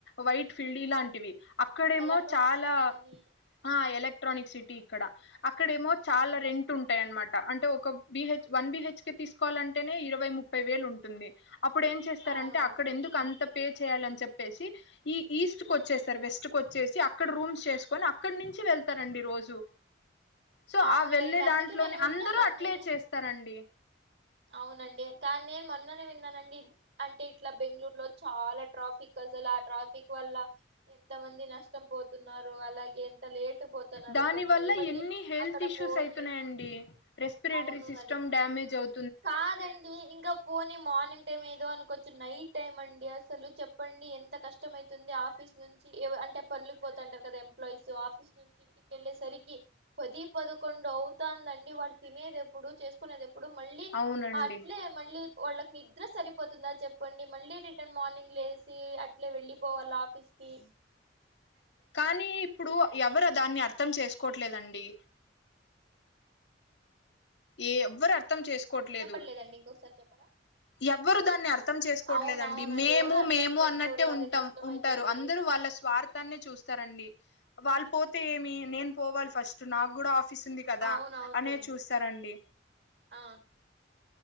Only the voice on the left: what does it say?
వైట్ ఫీల్డ్ ఇలాంటివి అక్కడేమో
చాలా
ఆ ఎలక్ట్రానిక్ సిటీ అక్కడ అక్కడేమో చాలా రెంట్ ఉంటాయనమాట అంటే ఒక బిహెచ్
వన్ బిహెచ్ కే తీసు తీసుకోవాలంటేనే ఇరవై ముప్పై వేలు ఉంటుంది అప్పుడు ఏం చేస్తారంటే
అక్కడ ఎందుకు ఎంత పే చేయాలని చెప్పేసి ఈ ఈస్ట్కి వచ్చేస్తారు వెస్ట్కోచ్చేసి అక్కడ రూమ్స్ చేసుకొని అక్కడ నుంచి వెళ్తారండి రోజు సో
ఆ వెళ్ళే
దాంట్లోనే
అందరు
అట్లే చేస్తారండి
దాని
వల్ల
ఎన్ని హెల్త్
ఇష్యూస్
అయితున్నాయండి రెస్పిరేటరీ
సిస్టమ్
డ్యామేజ్ అవు
అవునండి
కానీ ఇప్పుడు ఎవరు దాన్ని అర్థం చేస్ కోట్లేదండి
ఏ ఎవ్వరు అర్థం
చేసుకోవట్లేదు
ఎవ్వరు దాన్ని అర్థం చేసుకోవట్లేదండి
మేము
మేము
అన్నట్టే
ఉంటాం
ఉంటారు
అందరూ వాళ్ళ స్వార్థాన్నే చూస్తారండి వాల్ పోతే ఏమి నేను పోవాలి ఫస్ట్ నాకు కూడా ఆఫ్ చిస్తుంది కదా
అనే చూస్తారండి